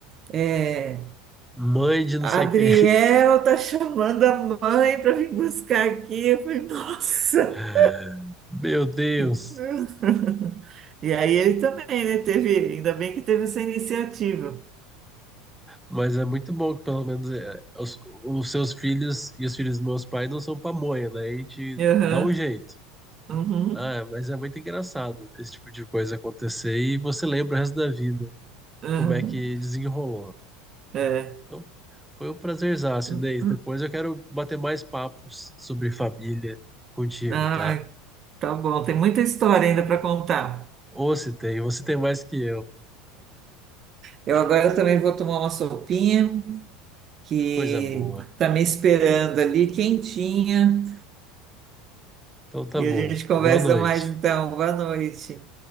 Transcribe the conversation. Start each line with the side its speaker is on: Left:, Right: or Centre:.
Right: É,
Centre: Mãe de não
Right: Adriel
Centre: sei quem.
Right: tá chamando a mãe para vir buscar aqui. Eu falei, nossa!
Centre: <laughs> Meu Deus.
Right: <laughs> E aí ele também, né? Teve, ainda bem que teve essa iniciativa.
Centre: Mas é muito bom que, pelo menos, é, os, os seus filhos e os filhos dos meus pais não são pamonha, né? A gente
Right: Aham,
Centre: dá um jeito.
Right: uhum,
Centre: Ah, mas é muito engraçado esse tipo de coisa acontecer e você lembra o resto da vida
Right: aham,
Centre: como é que desenrolou.
Right: é.
Centre: Então, foi um prazerzaço,
Right: <laughs>
Centre: Inês. Depois eu quero bater mais papos sobre família contigo,
Right: Ah,
Centre: tá?
Right: tá bom, tem muita história ainda para contar.
Centre: Ou se tem, você tem mais que eu.
Right: Eu agora também vou tomar uma sopinha que
Centre: Coisa boa.
Right: tá me esperando ali, quentinha.
Centre: Então tá
Right: E
Centre: bom.
Right: a gente conversa
Centre: Boa noite.
Right: mais então. Boa noite.